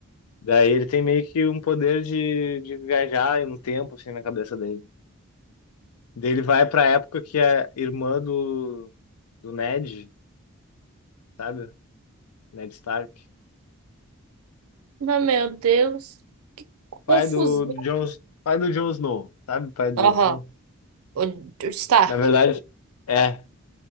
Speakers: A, on the left; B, on the right.
A: Daí ele tem meio que um poder de, de viajar em um tempo, assim, na cabeça dele. Daí ele vai pra época que a irmã do, do Ned, sabe? Ned Stark.
B: Mas, meu Deus, que confusão.
A: O pai do Jon, pai do Jon Snow, sabe? O pai do
B: Aham.
A: Jon Snow.
B: O, o Stark.
A: Na verdade, é.